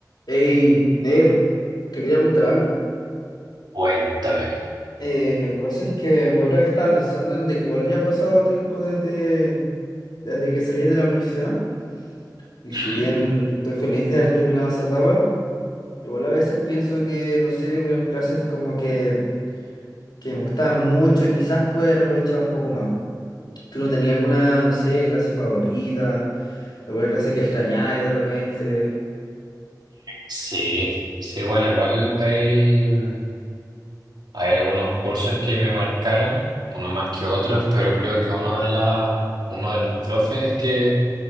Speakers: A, on the left; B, on the right.
A: Ey, negro, te quería contar algo.
B: Cuéntame.
A: Eh, lo que pasa es que la otra vez estaba pensando en de que igual ya ha pasado tiempo desde, desde que salí de la universidad. Y si bien
B: Ujú.
A: estoy feliz de haber terminado esa etapa, igual a veces pienso que, no sé, hubieron clases como que, que me gustaban mucho y quizás pude haber aprovechado un poco más. ¿Tú no tenías alguna, no sé, clase favorita? ¿Alguna clase que extrañáis de repente?
B: Sí, sí, bueno, igual hay, mm, hay algunos cursos que me marcaron, uno más que otros, pero creo que uno de las, uno de los profes que